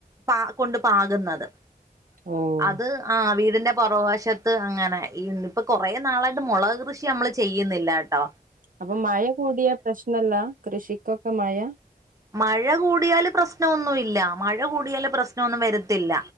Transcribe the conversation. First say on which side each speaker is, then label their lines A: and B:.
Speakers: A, on the right; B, on the right.
A: പാ കൊണ്ട് പാക്ന്നത്
B: ഓഹ്
A: അത് ആ വീ ഇതിന്റെ പൊറവശത്ത് അങ്ങനെ ഈന് ഇപ്പൊ കൊറേ നാളായിട്ട് മൊളക് കൃഷി നമ്മള് ചെയ്യുന്നില്ലട്ടോ
B: അപ്പം മയ കൂടിയാ പ്രശ്നല്ല കൃഷിക്കൊക്കെ മയ
A: മഴ കൂടിയാല് പ്രശ്നവൊന്നും ഇല്ല മഴ കൂടിയാല് പ്രശ്നവൊന്നും വെരിത്തില്ല